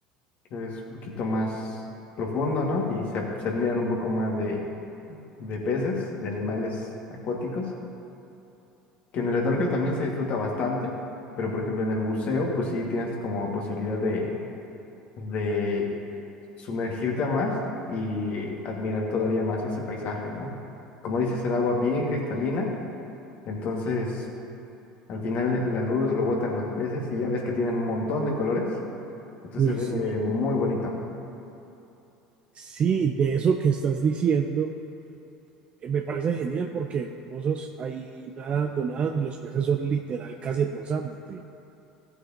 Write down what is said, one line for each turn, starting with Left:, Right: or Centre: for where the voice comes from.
Left: que es un poquito más profundo, ¿no? Y se, se admiran un poco más de, de peces, de animales acuáticos, que en el snorkel
Right: Sí,
Left: también se disfruta bastante, pero por ejemplo en el buceo, pues sí tienes como posibilidad de de sumergirte a más y admirar
Right: sí.
Left: todavía más ese paisaje, ¿no? Como dices, el agua bien cristalina, entonces al final la luz rebota en los peces y ya ves que tienen un montón de colores, entonces
Right: Uy,
Left: se ve
Right: sí,
Left: eh, muy bonito.
Right: sí, de eso que estás diciendo, eh, me parece genial porque vos sos ahí nadando, nadando y los peces son literal casi rozándote.